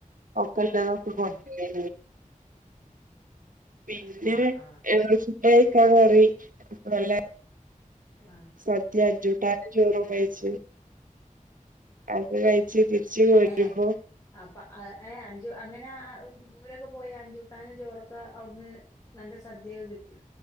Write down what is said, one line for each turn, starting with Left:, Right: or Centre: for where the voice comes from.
Right: കല്ലതൊക്ക
Left: ആഹ്
Right: കൊണ്ടേ പിന്നെ
Left: ആഹ് ആഹ് ആഹ്
Right: ഫുഡ് കയ്ക്കാൻ കയറി നല്ല
Left: ആഹ്
Right: സദ്യ കൂട്ടാനും ജോറപേച്ച അത് കഴിച്ചു
Left: ഉം.
Right: തിരിച്ച് വരുമ്പോ-
Left: ഏഹ് അപ്പ അഞ്ചു അങ്ങനെ ദൂരൊക്കെ പോയി അഞ്ചുവിട്ടാനും ചോറൊക്കെ അവിടുന്ന് നല്ല- സദ്യയ കിട്ടി.